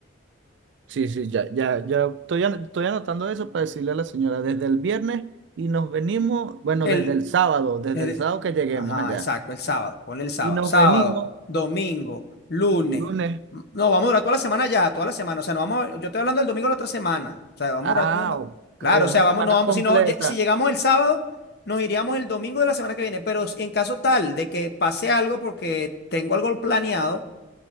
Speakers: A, on the right; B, on the left.
A: Sí, sí, ya, ya, ya estoy, an- estoy anotando eso para decirle a la señora desde el viernes y nos venimos, bueno,
B: El,
A: desde el sábado, desde
B: Es
A: el
B: de-
A: sábado que lleguemos
B: Ajá,
A: allá.
B: exacto, el sábado, ponle el sábado,
A: Y nos
B: sábado,
A: venimos
B: domingo, lunes.
A: lunes.
B: M- No, vamos a durar toda la semana ya, toda la semana. O sea, no vamos, a- yo estoy hablando del domingo de la otra semana. O sea, vamos
A: Ah,
B: a durar, no, no.
A: ok,
B: claro, o
A: una
B: sea,
A: semana
B: vamos, no vamos,
A: completa.
B: si no, lle- si llegamos el sábado, nos iríamos el domingo de la semana que viene. Pero s- en caso tal de que pase algo porque tengo algo planeado,